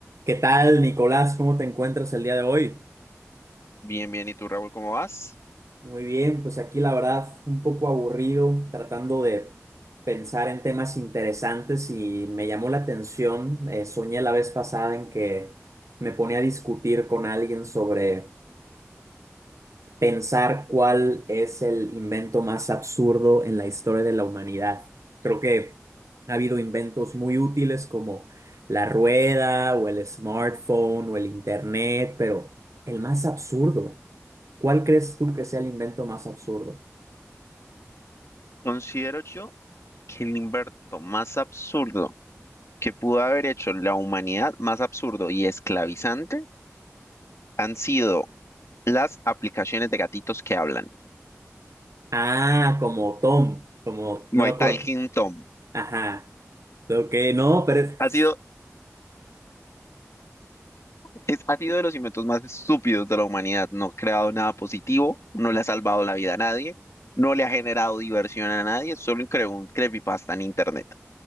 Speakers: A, on the right; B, on the left.
A: ¿Qué tal, Nicolás? ¿Cómo te encuentras el día de hoy?
B: Bien, bien. ¿Y tú, Raúl, cómo vas?
A: Muy bien, pues aquí la verdad un poco aburrido, tratando de pensar en temas interesantes y me llamó la atención, eh, soñé la vez pasada en que me ponía a discutir con alguien sobre pensar cuál es el invento más absurdo en la historia de la humanidad. Creo que ha habido inventos muy útiles como la rueda o el smartphone o el internet, pero el más absurdo. ¿Cuál crees tú que sea el invento más absurdo?
B: Considero yo que el invento más absurdo que pudo haber hecho la humanidad, más absurdo y esclavizante, han sido las aplicaciones de gatitos que hablan.
A: Ah, como Tom, como, no
B: My
A: me acuerdo.
B: Talking Tom.
A: Ajá, ok, no, pero es-
B: Ha sido, es, ha sido de los inventos más estúpidos de la humanidad. No ha creado nada positivo, no le ha salvado la vida a nadie, no le ha generado diversión a nadie, solo creó un creepypasta en internet.